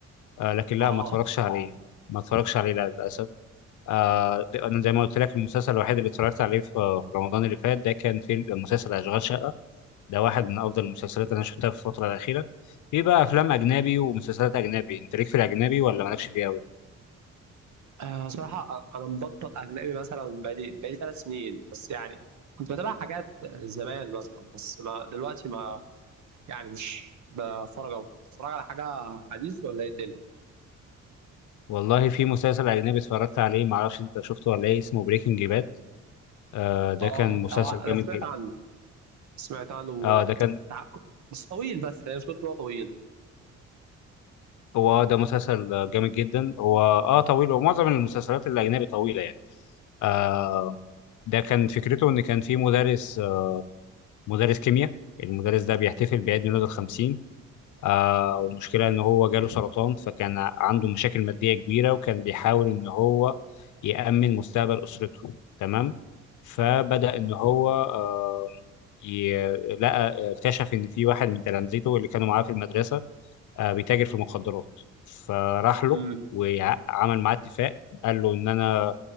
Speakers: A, on the left (about 75°); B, on the right (about 70°).
A: آه لكن لا
B: اه
A: ما اتفرجتش عليه ما اتفرجش عليه لا للاسف آه انا زي ما قلت لك المسلسل الوحيد اللي اتفرجت عليه في في رمضان اللي فات ده كان في مسلسل اشغال شقه ده واحد من افضل المسلسلات اللي انا شفتها في الفتره الاخيره في بقى افلام اجنبي ومسلسلات اجنبي انت ليك في الاجنبي ولا مالكش فيه قوي
B: آه، صراحه انا مبطل اجنبي مثلا بقالي بقالي ثلاث سنين بس يعني كنت بتابع حاجات زمان مثلا بس ما دلوقتي ما يعني مش بتفرج أوي بتتفرج على حاجة حديث ولا إيه الدنيا؟
A: والله في مسلسل اجنبي اتفرجت عليه ما اعرفش انت شفته ولا ايه اسمه بريكنج باد آه ده
B: آه
A: كان مسلسل
B: هو أنا
A: جامد
B: سمعت
A: جدا
B: عنه سمعت عنه و...
A: اه ده كان
B: بتاع- بس طويل بس أنا مش قلت إن هو طويل
A: هو ده مسلسل جامد جدا هو اه طويل ومعظم المسلسلات الاجنبي طويله يعني آه ده كان فكرته ان كان في مدرس مدرس كيمياء المدرس ده بيحتفل بعيد ميلاده الخمسين آه والمشكلة إن هو جاله سرطان فكان عنده مشاكل مادية كبيرة وكان بيحاول إن هو يأمن مستقبل أسرته تمام فبدأ إن هو آه ي- لقى اكتشف إن في واحد من تلامذته اللي كانوا معاه في المدرسة آه بيتاجر في مخدرات فراح له
B: امم
A: وعمل معاه اتفاق قال له إن أنا